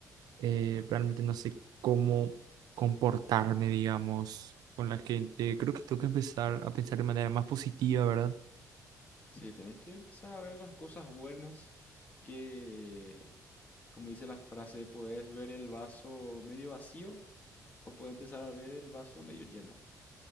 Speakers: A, on the right; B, on the left.
A: eh, realmente no sé cómo comportarme, digamos, con la gente. Creo que tengo que empezar a pensar de manera más positiva, ¿verdad?
B: Sí, tenés que empezar a ver las cosas buenas que, como dice la frase, podés ver el vaso medio vacío o podés empezar a ver el vaso medio lleno.